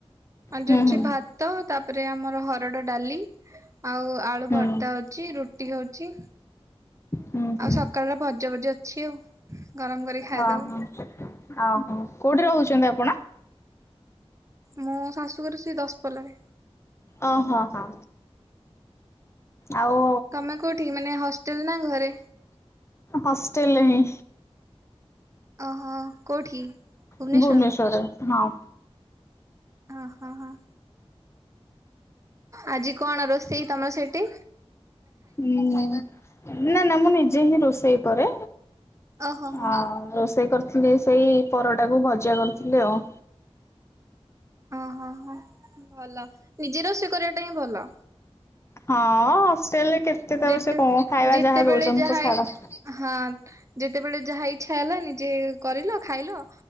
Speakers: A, on the right (about 30°); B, on the left (about 25°).
A: ଆଜି
B: ହୁଁ
A: ଅଛି
B: ହୁଁ।
A: ଭାତ ତାପରେ ଆମର ହରଡ଼ ଡାଲି ଆଉ ଆଳୁ
B: ହୁଁ
A: ଭର୍ତ୍ତା ଅଛି ରୁ ହଉଛି।
B: ହୁଁ ହୁଁ
A: ଆଉ ସକାଳର ଭଜାଭଜି ଅଛି ଆଉ। ଗରମ କରି ଖାଇଦବୁ
B: ଅହ ଓହୋ କୋଉଠି ରହୁଛନ୍ତି ଆପଣ?
A: ମୁଁ ଶାଶୁଘର ସେ ଦଶପଲ୍ଲା ରେ
B: ଓ ହୋ ହଁ ଆଉ
A: ତମେ କୋଉଠି ମାନେ ହଷ୍ଟେଲ ନା ଘରେ?
B: ହଷ୍ଟେଲ ରେ ହିଁ।
A: ଅହୋ କୋଉଠି? ଭୁବନେଶ୍ଵର
B: ଭୁବନେଶ୍ଵରରେ ହଁ।
A: ଅ ହଁ ହଁ। ଆଜି କଣ ରୋଷେଇ ତମର ସେଇଠି?
B: ହୁଁ ନାଁ ନାଁ ନାଁ ମୁଁ ନିଜେ ହିଁ ରୋଷେଇ କରେ।
A: ଓହୋ ହୋ
B: ହଁ ରୋଷେଇ କର ଥିଲେ ସେଇ ପରଟାକୁ ଭଜା କରିଥିଲି ଆଉ।
A: ଓହୋ ହୋ ଭଲ ନିଜେ ର ସ କରିବା ଟା ହିଁ ଭଲ।
B: ହଁ ହଷ୍ଟେଲ ରେ କେତେ ତାର
A: ଯେତେ
B: ସେ କଣ ଖାଇବା
A: ଯେତେବେଳେ
B: ଯାହା ଦଉଛନ୍ତି
A: ଯାହା
B: ତ ଛାଡ।
A: ହଁ ଯେତେବେଳେ ଯାହା ଇ ଇଛା ହେଲା ନିଜେ କରିଲ ଖାଇଲ